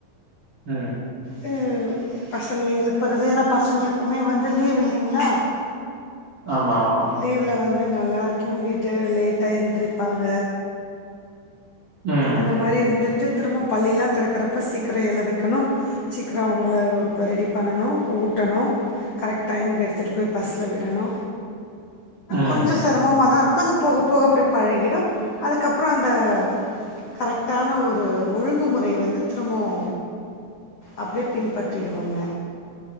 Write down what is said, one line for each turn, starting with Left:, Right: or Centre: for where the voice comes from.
Right: ஆ
Left: வந்து பசங்கள எழுப்புறது ஏனா பசங்களுக்குமே வந்து லீவு இல்லிங்களா
Right: ஆமா ஆமா
Left: லீவ்ல வந்து நல்லா தூங்கிட்டு லேட்டா எந்திருப்பாங்க
Right: ம்.
Left: அந்த மாரி இருந்துட்டு திரும்ப பள்ளியெல்லா தெறக்கறப்ப சீக்கிரோ எல வைக்கணு சீக்கிரோ அவங்கள ரெடி பண்ணணு ஊட்டணு கரெக்ட் டைமுக்கு எடுத்துட்டு போய் பஸ்ல விடணு
Right: ம்.
Left: கொஞ்சோ சிரமமா தா இருக்கு அது போக போக அப்டியே பழகிடு அதுக்கப்றோ அந்த கரெக்டான ஒரு ஒழுங்குமுறை வந்து திரும்பவு அப்டியே பின்பற்றிடுவோங்க